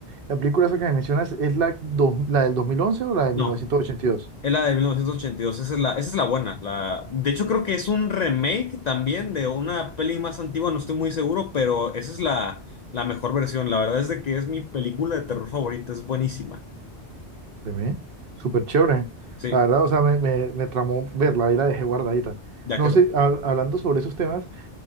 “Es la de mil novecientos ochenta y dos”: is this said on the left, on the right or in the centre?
Left